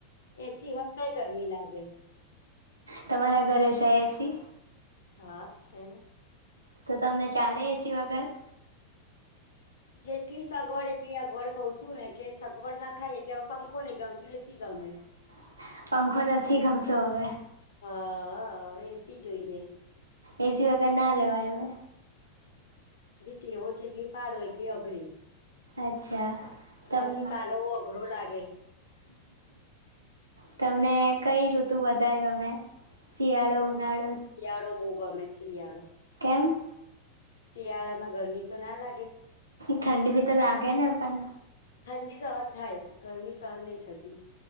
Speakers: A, on the left; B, on the right.
A: એસી હોય તોય ગરમી લાગે.
B: તમારા ઘરે છે એસી.
A: હા છે ને.
B: તો તમને ચાલે એસી વગર.
A: જેટલી સગવડ એટલી સગવડ કઉ છું ને કે સગવડ ના ખાય એટલે હવે પંખો નઈ ગમેત એસી ગમે.
B: હ. <unintelligible> પંખો નથી ગમતો હવે.
A: હા હવે એસી જોઈએ.
B: એસી વગર ના રહેેવાય હવે
A: તેવો જેટલી પાડો એટલી અઘરી
B: અચ્છા. તને
A: હાથી પાલવો અઘરો લાગે
B: તમને કઈ ઋતુ વધારે ગમે. શિયાળો
A: મને
B: ઉનાળો
A: શિયાળો બહ ગમે શિયાળો
B: એમ.
A: શિયાળામાં ગરમી તો ના લાગે.
B: ઠંડી ભી તો લાગે ને પણ
A: ઠંડી સહન થાય ગરમી સહન નઈ છતી.